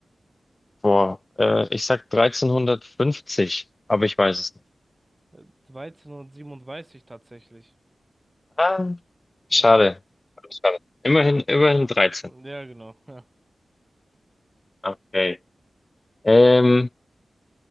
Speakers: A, on the left; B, on the right.
A: Boah, äh, ich sag 1350, aber ich weiß es nicht.
B: Äh, 1337 tatsächlich.
A: Ah,
B: Ja,
A: schade. Schade. Immerhin, immerhin 13.
B: ja, genau. Ja.
A: Okay. Ähm,